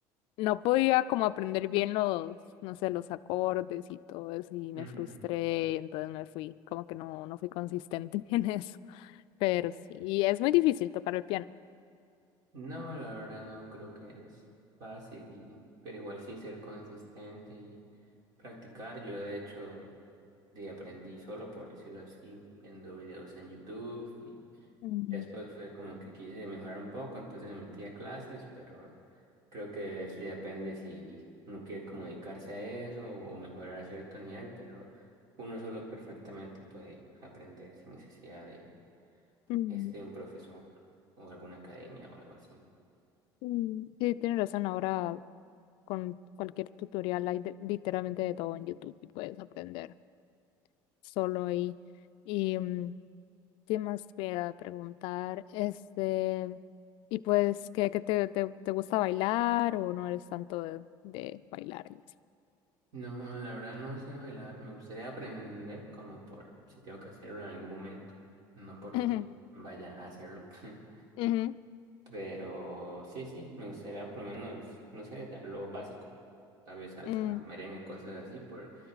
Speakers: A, on the left (about 65°); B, on the right (about 45°).
A: no podía como aprender bien los, no sé, los acordes y todo eso, y me
B: Ujú.
A: frustré, entonces me fui, como que no, no fui consistente <laughs> en eso. Pero sí, y es muy difícil tocar el piano.
B: No, la verdad no creo que es fácil y, pero igual sí ser consistente y practicar. Yo de hecho de aprendí solo, por decirlo así, viendo videos en YouTube y
A: Mm,
B: ya después fue como que quise mejorar un poco, entonces me metí a clases, pero Creo que eso ya depende si uno quiere como dedicarse a eso o mejorar a cierto nivel, pero uno solo perfectamente puede aprender sin necesidad de
A: mm,
B: este un profesor o alguna academia o algo así.
A: mm. Sí, tienes razón, ahora Con cualquier tutorial hay de- literalmente de todo en YouTube y puedes aprender solo ahí. Y mm, qué más te voy a preguntar, este, y pues, ¿qué, qué te, te, te gusta bailar o no eres tanto de, de bailar y así?
B: No, la verdad no sé bailar. Me gustaría aprender como por si tengo que hacerlo en algún momento, no porque
A: Ujú,
B: vaya a hacerlo. <laughs>
A: ujú,
B: Pero sí, sí, me gustaría por lo menos, no sé, dar lo básico. Tal vez salsa,
A: mm.
B: merengue, cosas así, por